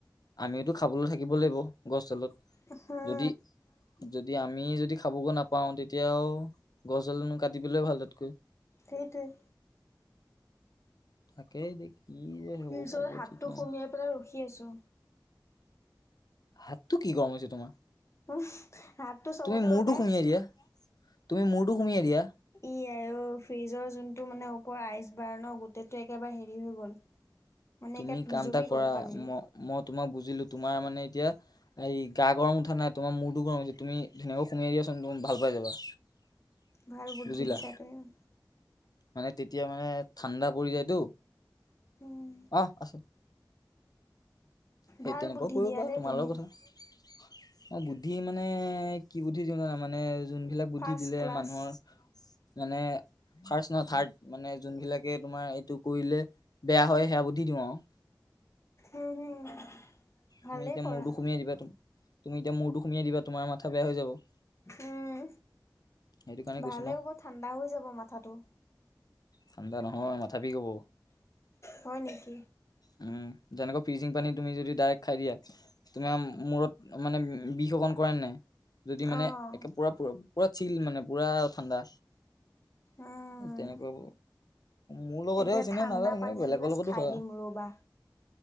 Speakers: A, on the left (about 60°); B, on the left (about 40°).
A: আমিওতু খাবলৈ থাকিব লাগিব গছডালত
B: উহম
A: যদি যদি আমিয়ে যদি খাব গে নাপাওঁ তেতিয়াও গছডালনো কাটি পেলোৱা ভাল তাতকৈ
B: সেইটোৱে
A: তাকে কি যে হ'ব
B: নিজৰ
A: হ'ব
B: হাতটো
A: ঠিক নাই
B: সুমিয়াই পেলাই ৰখি আছো
A: হাতটো কি গৰম হৈছে তোমাৰ
B: উম হাতটো চবতে
A: তুমি মূৰটো
B: লগাই
A: সুমিয়াই
B: আছো।
A: দিয়া তুমি মূৰটো সুমিয়াই দিয়া
B: ই আৰু ফ্ৰিজৰ যোনটো মানে ওপৰ আইচ বাৰ্ৰ গোটেইটো একেবাৰে হেৰি হৈ গ'ল মানে
A: তুমি
B: একে
A: কাম
B: জমি
A: এটা কৰা
B: গ'ল পানীৰে।
A: ম মই তোমাক বুজিলো তোমাৰ মানে এতিয়া এই গা গৰম উঠা নাই তোমাৰ মৰটো গৰম হৈ হৈছে তুমি ধুনীয়াকৈ সোমাই দিয়াচোন তুমি ভাল পাই যাবা
B: ভাল বুদ্ধি
A: বুজিলা
B: দিছা তুমি মোক
A: মানে তেতিয়া মানে ঠাণ্ডা পৰি যায়তো
B: উম
A: অ আছে সেই
B: ভাল
A: তেনেকুৱাও
B: বুদ্ধি
A: কৰিব
B: দিয়া
A: পৰা
B: দেই
A: তোমাৰ
B: তুমি
A: লগত কথা। অ বুদ্ধি মানে কি বুদ্ধি দিওঁ জানা মানে যোনবিলাক বুদ্ধি
B: ফাৰ্ষ্ট
A: দিলে
B: ক্লাছ
A: মানুহৰ মানে ফাৰ্ষ্ট না থাৰ্ড মানে যোনবিলাকে তোমাৰ এইটো কৰিলে বেয়া হয় সেয়া বুধি দিওঁ আৰু
B: উম হুম ভালেই
A: তুমি এতিয়া
B: কৰা
A: মূৰটো সমিয়াই দিবা ত-তুমি এতিয়া মূৰটো সমিয়াই দিবা তোমাৰ মাথা বেয়া হৈ যাব।
B: উম
A: সেইটো কাৰণে
B: ভালে
A: কৈছো ন
B: হ'ব ঠাণ্ডা হৈ যাব মাথাটো।
A: ঠাণ্ডা নহয় মাথাবিহ হব।
B: হয় নেকি
A: উম যেনেকুৱা পিজিং পানীত। - তুমি যদি ডাইৰেক্ট খাই দিয়া তুমি মূৰত মানে বি অকন কৰে নে নাই? যদি মানে
B: অঁ
A: একে পোৰা পৰাব- পুৰা চিল মানে পুৰা ঠাণ্ডা
B: উম
A: তেনেকুৱা মোৰ লগতহে
B: এতিয়া
A: হৈছে
B: ঠাণ্ডা
A: নে নাজানো
B: পানী
A: বেলেগৰ
B: এগিলাচ
A: লগতো
B: খাই
A: হয়
B: দিম ৰ'বা